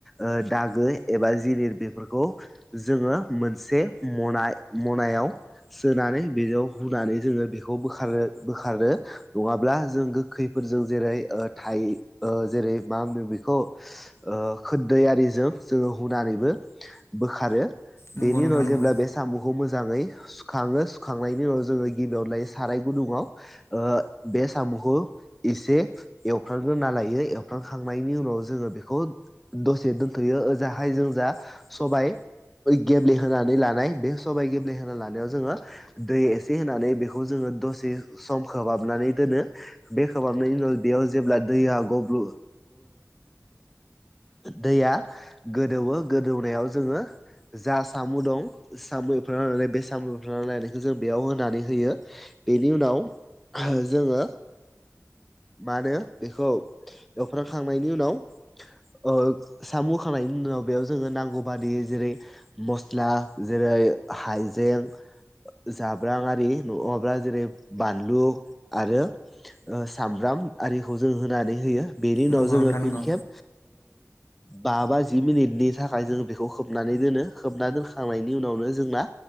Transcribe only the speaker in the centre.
ओ दागो एबा जिनिर बेफोरखौ जों मोनसे मनायाव सोनानै बेयाव हुनानै जोङो बेखौ बोखां बोखारो बोखारो नङाब्ला जों गोखैफोरजों जेरै थाइ जेरै मा होनो बेखौ खोदैआरिजों जोङो हुनानैबो बोखारो।
बेनि
उनाव
जेब्ला बे साम'खौ मोजाङै। सुखाङो सुखांनायनि उनाव जोङो गिबियावनो लायो साराय गुदुंआव बे साम'खौ। एसे एवफ्रामग्रोना लायो। खांनायनि उनाव जोङो बेखौ दसे दोनथ'यो ओजाहाय जों जा सबाय गेब्लेहोनानै लानाय बे सबाय गेब्लेहोना लानायाव जोङो दै एसे होनानै बेखौ जोङो। दसे सम खोबहाबनानै दोनो बे खोबाबनायनि उनाव बेयाव जेब्ला दैया गब्र दैया गोदौवो गोदौनायाव जोङो। जा साम' दं साम' एफ्रामना लानाय बे साम' एवफ्रामना लायनायखौ जों बेयाव होनानै होयो। बेनि उनाव जोङो मा होनो बेखौ। एवफ्रांखांनायनि उनाव साम' होखांनायनि उनाव बेयाव जोङो नांगौ बादि जेरै मस्ला जेरै हाइजें जाब्रांआरि नङाब्ला जेरै बानलु आरो सामब्राम आरिखौ जों होनानै होयो बेनि उनाव
जोङो
फिन
खेब बा बाजि मिनिटनि थाखाय जों बेखौ खोबनानै दोनो खोबना दोनखांनायनि उनावनो जोंना।